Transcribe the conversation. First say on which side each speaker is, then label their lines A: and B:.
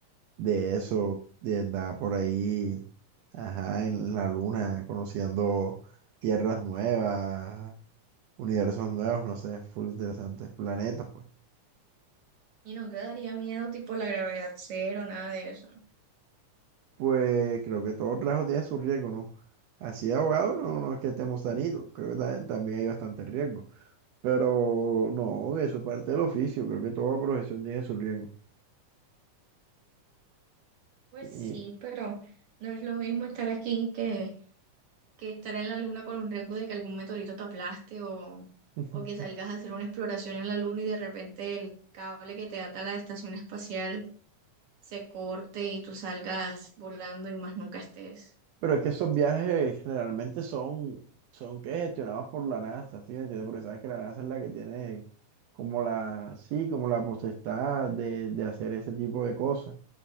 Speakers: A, on the right; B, on the right.
A: de eso, de andar por ahí, ajá, en la luna, conociendo tierras nuevas, universos nuevos, no sé, full interesante, planetas, pues.
B: Y no te daría miedo, tipo la gravedad cero, nada de eso.
A: Pues creo que todo trabajo tiene su riesgo, ¿no? Así de abogado no, no es que estemos sanitos, creo que ta- también hay bastante riesgo. Pero no, eso es parte del oficio, creo que toda profesión tiene su riesgo.
B: Pues
A: Y,
B: sí, pero no es lo mismo estar aquí que, que estar en la luna con un riesgo de que algún meteorito te aplaste o,
A: Ujú.
B: o que salgas a hacer una exploración en la luna y de repente el cable que te ata a la estación espacial se corte y tú salgas volando y más nunca estés.
A: pero es que esos viajes generalmente son, son que gestionados por la NASA, ¿sí me entiendes? Porque sabes que la NASA es la que tiene como la, sí, como la potestad de, de hacer ese tipo de cosas.